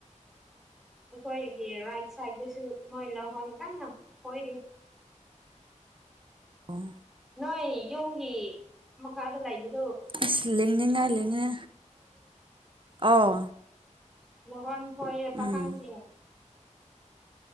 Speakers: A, in the centre; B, on the right.
A: ꯑꯩꯈꯣꯏꯒꯤ ꯔꯥꯏꯠ ꯁꯥꯏꯗꯁꯨ ꯃꯣꯏ ꯂꯧꯍꯣꯟ ꯀꯅ ꯍꯣꯏꯔꯤ
B: ꯑꯣ
A: ꯅꯣꯏ ꯌꯨꯝꯒꯤ ꯃꯈꯥꯗ ꯂꯩꯕꯗꯤ
B: ꯑ ꯂꯦꯡꯅꯤꯡꯉ ꯂꯦꯡꯉ ꯑꯥꯎ
A: ꯂꯍꯣꯟ ꯐꯣꯏꯌꯦ ꯄꯥꯈꯪꯁꯤꯡ
B: ꯎꯝ